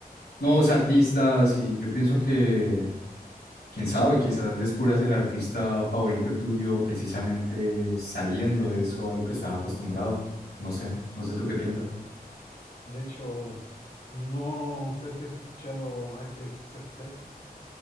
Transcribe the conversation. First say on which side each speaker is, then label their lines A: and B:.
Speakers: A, on the left (about 90°); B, on the left (about 60°).
A: nuevos artistas, y yo pienso que, quién sabe, quizás descubras el artista favorito tuyo precisamente saliendo de eso a lo que estaba acostumbrado. No sé, no sé tú qué piensas.
B: De hecho, no sé si has escuchado a este José José.